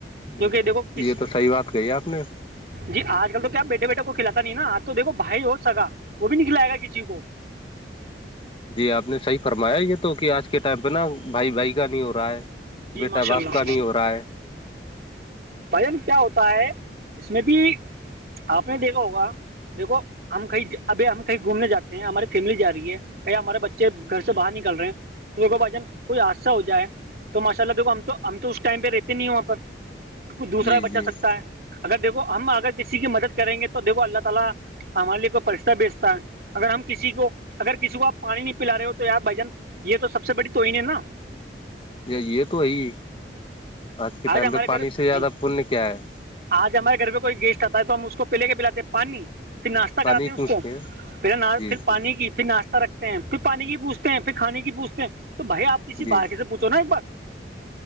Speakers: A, on the left; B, on the right.
A: نہیں
B: کیونکہ
A: نہیں
B: دیکھو پس
A: یہ تو صحیح بات کہی آپ نے
B: جی آج کل تو کیا بیٹے بیٹے کو کھاتا نہیں ن آج تو دیکو بھائی ہو سکا وہ بھی نکلئے گا کسی کو
A: جی آپ نے صحیح فرمایا یہ تو کہ آج کے ٹائم پہ نا بھائی بھائی کا نہیں ہو رہا ہے
B: جی
A: بیٹا
B: ماشاء
A: باپ
B: اللہ
A: کا نہیں ہو رہا ہے
B: بجن کیا ہوتا ہے اس میں بھی آپ نے دیکھا ہوگا دیکھو ہم کہیں ابھی ہم کہیں گھومنے جاتے ہیں ہماری فیملی جا رہی ہے کہئی ہمارے بچے
A: جی
B: گھر سے باہر نکل رہے ہیں تو دیکھو بھائی جان کوئی حادثہ ہو جائے تو ماشاء اللہ دھو ہم تو ہم تو اس ٹائم پہ رہتے نہیں ہیں وہاں پر دوسرا
A: جی
B: بچا
A: جی
B: سکتا ہے اگر دیکھ ہم اگر کسی کی مدد کریں گے تو دیکھو اللہ تعالی ہمارے لیے کوئی پرستہ بیچتا ہے اگر ہم کسی کو اگر کسی کو آپ پانی نہیں پلا رہے ہو تو یار بھائی جان یہ تو سب سے بڑی تو ہین ہے نا
A: یہ تو وہی آج کے ٹائم
B: ہمارے
A: پہ پانی
B: گھر
A: سے زیادہ
B: جی
A: پنیہ کیا ہے <unintelligible>
B: آج ہمارے گھر پ کوئی گسٹ آتا ہے تو ہم اس کو پہے کے پ بلااتے پانی پھر ناشتہ
A: پانی
B: کراتے ہیں اس
A: پوچھتے
B: کو پھر
A: جی
B: پھر
A: جی
B: پانی کی پھر ناشتہ رکھتے ہیں پھر پانی کی پوچھتے ہیں پھر کھانے کی پوچھتے ہیں تو بھائی آپ کسی
A: جی
B: بارک سے پوچھو نا ایک بار